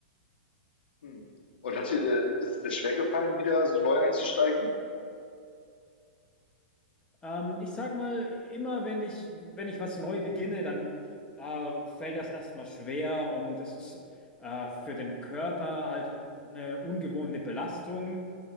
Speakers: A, on the left; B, on the left.
A: Hm. Und hat dir, der- ist dir schwer gefallen, wieder so neu einzusteigen?
B: Ähm, ich sag mal, immer wenn ich, wenn ich was neu beginne, dann äh, fällt das erstmal schwer und es ist äh, für den Körper halt äh, eine ungewohnte Belastung.